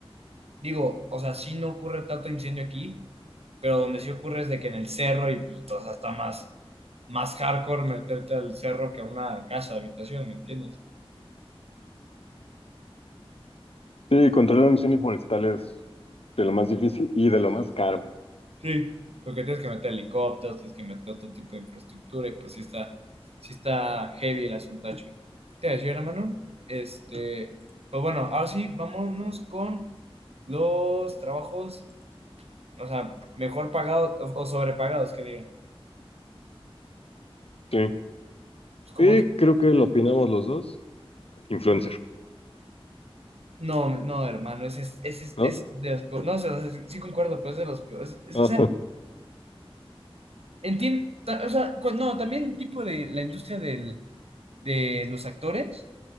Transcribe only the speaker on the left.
Sí, controlar un incendio forestal es de lo más difícil y de lo más caro.
Sí.
Y
creo que lo opinamos los dos. Influencer,
¿no?
Ajá,